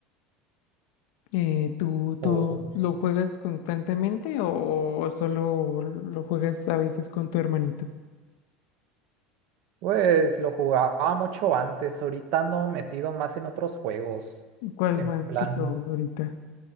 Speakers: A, on the left (about 65°); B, on the right (about 60°).
A: Eh, ¿tú, tú
B: Oh.
A: lo juegas constantemente o solo lo juegas a veces con tu hermanito?
B: Pues lo jugaba mucho antes, ahorita ando metido más en otros juegos,
A: ¿Cuál
B: en
A: más
B: plan
A: que todo ahorita?